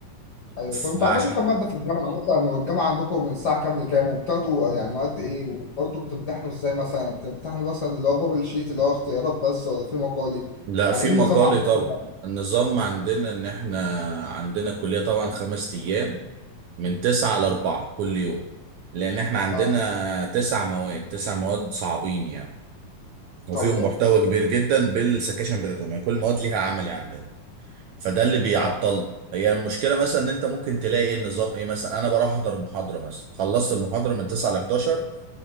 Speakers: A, on the left; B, on the right.
A: أيوه
B: فعشان
A: طب أنتوا عندكم كام مادة في الجامعة مثلا والجامعة عندكم من الساعة كام لكام وبتاخدوا آه، يعني مواد إيه وبرضه بتمتحنوا إزاي مثلا؟ يعني بتمتحنوا مثلا اللي هو بابل شيت اللي هو اختيارات بس ولا في مقالي؟
B: لا
A: يعني
B: في
A: إيه
B: مقالي
A: النظام عندكم
B: طبعا
A: في الجامعة؟
B: النظام عندنا ان احنا عندنا الكلية طبعا خمس ايام من تسعة لاربعة كل يوم لان احنا عندنا
A: أه
B: تسع مواد تسع مواد صعبين يعني وفيهم
A: طبيعي
B: محتوى كبير جدا بالسكاشن بتاعتهم يعني كل مواد ليها عملي عندنا فده اللي بيعطلنا
A: اه
B: هي المشكله مثلا ان انت ممكن تلاقي إيه النظام ايه مثلا انا بروح احضر محاضره مثلا خلصت المحاضره من 9 ل 11